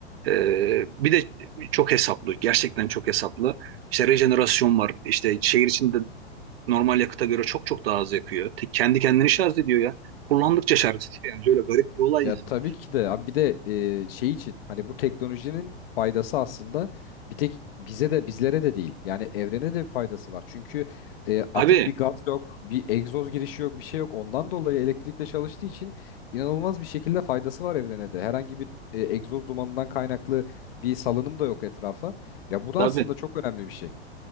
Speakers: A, on the right (about 65°); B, on the left (about 60°).
A: E, bir de çok hesaplı gerçekten çok hesaplı işte rejenerasyon var işte şehir içinde normal yakıta göre çok çok daha az yakıyor. Te- Kendi kendini şarj ediyor ya kullandıkça şarj ediyor yani şöyle garip bir olay
B: Ya
A: yani.
B: tabii ki de abi bir de e, şey için hani bu teknolojinin faydası aslında bir tek bize de bizlere de değil. Yani evrene de bir faydası var. Çünkü e,
A: Tabii
B: atık bir gaz yok, bir egzoz girişi yok, bir şey yok. Ondan dolayı elektrikle çalıştığı için inanılmaz bir şekilde faydası var evrene de. Herhangi bir e, egzoz dumanından kaynaklı bir salınım da yok etrafa. Ya bu da
A: tabii.
B: aslında çok önemli bir şey.